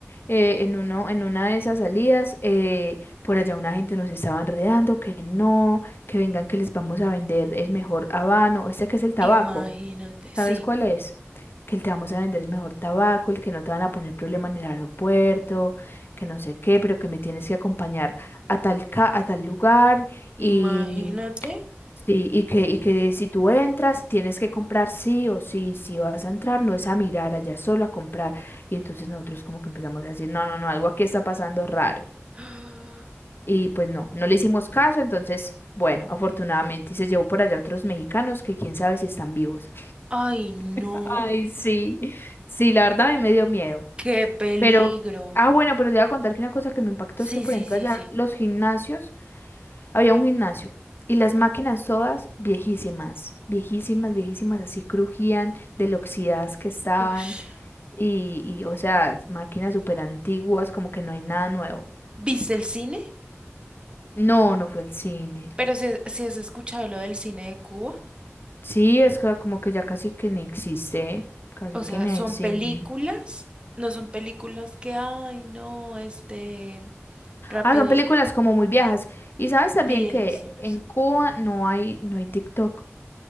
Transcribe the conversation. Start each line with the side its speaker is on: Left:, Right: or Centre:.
Left: eh, en uno, en una de esas salidas, eh, por allá una gente nos estaba enredando, que no, que vengan, que les vamos a vender el mejor habano, este que es el tabaco,
Right: Imagínate, sí,
Left: ¿sabes cuál es? Que te vamos a vender el mejor tabaco, el que no te van a poner problema en el aeropuerto, que no sé qué, pero que me tienes que acompañar a tal, ca- a tal lugar y
Right: imagínate.
Left: Sí, y que, y que si tú entras, tienes que comprar sí o sí, si vas a entrar, no es a mirar allá, solo a comprar. Y entonces nosotros como que empezamos a decir, no, no, no, algo aquí está pasando raro.
Right: <gasps>
Left: Y pues no, no le hicimos caso, entonces, bueno, afortunadamente, y se llevó por allá otros mexicanos que quién sabe si están vivos.
Right: Ay, no,
Left: <laughs> Ay, sí, sí, la verdad a mí me dio miedo.
Right: qué peligro.
Left: Pero, ah, bueno, pero te voy a contar que una cosa que me impactó
Right: Sí,
Left: es que, por
Right: sí,
Left: ejemplo,
Right: sí,
Left: allá
Right: sí.
Left: los gimnasios Había un gimnasio y las máquinas todas viejísimas, viejísimas, viejísimas, así crujían de lo oxidadas que estaban
Right: Ush.
Left: y, y, o sea, máquinas súper antiguas, como que no hay nada nuevo.
Right: ¿Viste el cine?
Left: No, no fue el cine.
Right: Pero si, si has escuchado lo del cine de Cuba,
Left: Sí, es que como que ya casi que ni existe, casi
Right: o
Left: que
Right: sea,
Left: ni
Right: son
Left: hay cine.
Right: películas, no son películas que, ay, no, este, rápido,
Left: Ah, son películas como muy viejas. Y sabes también
Right: viejísimas.
Left: que en Cuba no hay, no hay TikTok,